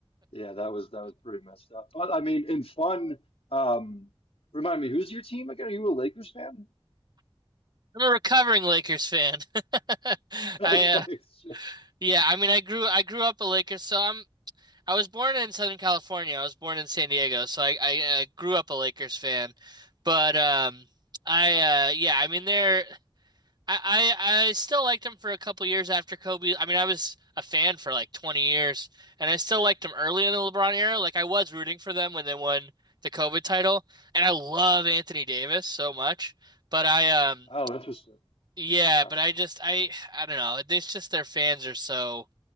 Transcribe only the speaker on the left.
Yeah, that was that was pretty messed up. But I mean, in fun, um, remind me, who's your team again? Are you a Lakers fan? <laughs>
Okay,
sure.
Oh, interesting.
Okay.